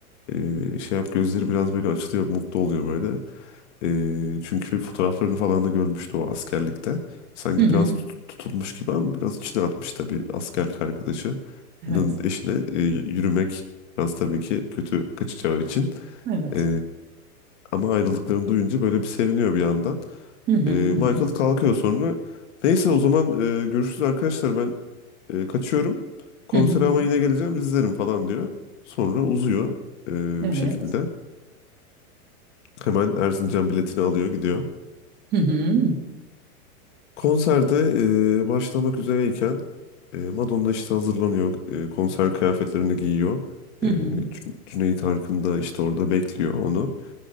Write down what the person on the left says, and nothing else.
e, şey yap gözleri biraz böyle açılıyor mutlu oluyor böyle. Ee, çünkü fotoğraflarını falan da görmüştü o askerlikte sanki
biraz tut- tutulmuş gibi ama biraz içine atmış tabii askerlik arkadaşı.
Nın eşine e, yürümek biraz tabii ki kötü kaçacağı için.
E, ama ayrıldıklarını duyunca böyle bir seviniyor bir yandan.
E, Michael
kalkıyor sonra. Neyse o zaman e, görüşürüz arkadaşlar ben e, kaçıyorum. Konsere
ama
yine geleceğim izlerim falan diyor. Sonra uzuyor e,
bir şekilde. Hemen Erzincan biletini alıyor gidiyor.
Konserde e, başlamak üzereyken e, Madonna işte hazırlanıyor. e, konser kıyafetlerini giyiyor.
E,
Cü- Cüneyt Arkın da işte orada bekliyor onu.